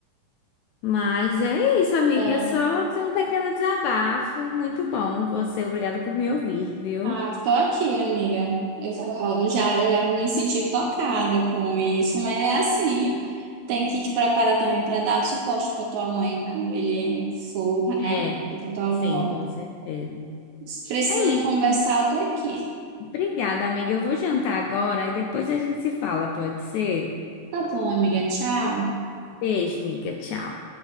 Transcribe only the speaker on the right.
É,
Ah, tô aqui, amiga. Eu, eu já, eu já me senti tocada com isso, mas é assim. Tem que te preparar também para dar suporte para tua mãe quando ele for, né?
E para tua
avó.
Se precisando
conversar, eu tô aqui.
Tá bom, amiga. Tchau.